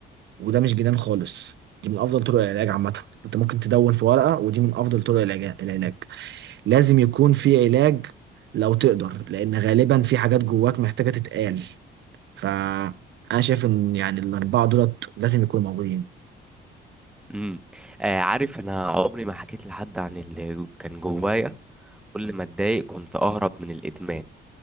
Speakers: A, on the right (about 65°); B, in the centre.
A: وده مش جنان خالص دي من افضل طرق العلاج عامه انت ممكن تدون في ورقه ودي من افضل طرق العلاج العلاج لازم يكون في علاج لو تقدر لان غالبا في حاجات جواك محتاجه تتقال فانا شايف ان يعني الاربعه دولت لازم يكونوا موجودين
B: امم آه عارف انا عمري ما حكيت لحد عن اللي جو- كان جوايا كل ما اتضايق كنت اهرب من الادمان